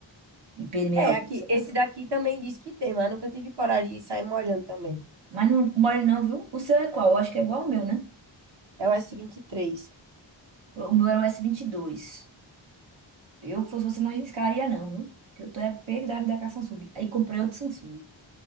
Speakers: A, on the right; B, on the right.
A: IP68,
B: É, aqui,
A: sei
B: esse
A: lá.
B: daqui também diz que tem, mas eu nunca tive coragem de sair molhando também.
A: Mas não mole não, viu? O seu é qual? Eu acho que é igual ao meu, né?
B: É o S23. vinte e três.
A: O meu era o S22. Eu, se fosse você, não arriscaria não, viu? Porque eu tô é pego da vida com a Samsung. Aí comprei outro Samsung.